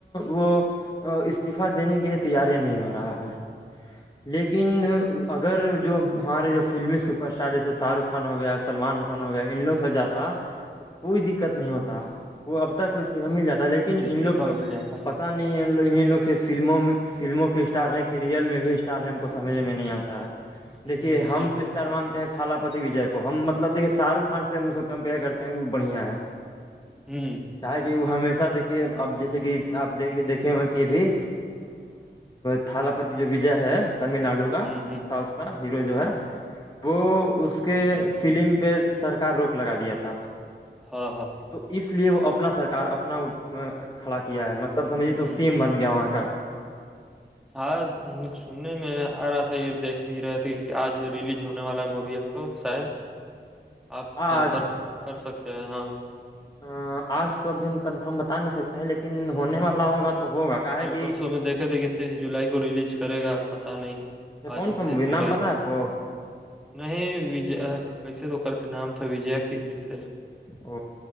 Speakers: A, on the left (about 25°); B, in the centre.
A: وہ استعفا دینے کے لیے تیاریاں نہیں ہو رہا ہے لیکن یکن اگر جو ہمارے جو فلمی سپرسٹار جیسے شاہ رخ خان ہو گیا سلمان ہو گیا ان لوگ سب جاتا تو کوئی دقت نہیں ہوتا کوئی اب تک اس مل جاتا ہے لیکن ان
B: استعفی
A: لوگ کو
B: مل جاتا
A: پتا نہیں ہے ان لوگ سے فلموں میں فلموں کے اسٹار ہے کہ ریئل میں بھی اسٹار ہے ہم کو سمجھ میں نہیں آتا ہے
B: ہ
A: دیکھیے
B: پھر
A: ہم تو اسٹار مانتے ہیں تھالا پتی وجے کو ہم مطلب دھیے شاہ رخ خان سے کو کمپیئر کرتے وہ بڑھیا ہے
B: ہوں
A: کیا کہ وہ ہمیشہ دیکھیے اب جیسے کہ آپ د دیکھے ہوا کہ بھی تھال پتی جو وجے ہے تمل ناڈو کا
B: ہ ہ
A: ساؤتھ کا ہیرو جو ہے وہ اس کے فلم پہ سرکار روک لگا دیا تھا
B: ہاں ہاں
A: تو اس لیے وہ اپنا سرک کار اپنا کھڑا کیا ہے مطلب سمجھیے
B: ہ
A: تو سیم بن گیا وہاں کا
B: آج سننے میں آ رہ ایسا یہ دیکھ بھی رہتی کہ آج ریلیز ہونے والا مووی تو شاید
A: <inaudible>
B: آپ کنفرم
A: آج
B: کر سکتے ہیں ہاں
A: ا آج تو ابھی ہم کنفرم بتا نہیں سکتے ہیں لیکن
B: ہ
A: ہونے والا ہوگا تو ہوگا کا
B: کل
A: ہے کہ
B: پرسوں میں دیکھے تھے کہ تیئیس جولائی کو ریلیز کرے گا پت نہیں
A: اچھا کون
B: آج ہی
A: سا مووی
B: تیئیس جولائی
A: نام پتہ
B: ہے
A: آپ کو
B: نہیںج کیسے تو کر کے نام تھا وجے کی کیسے
A: او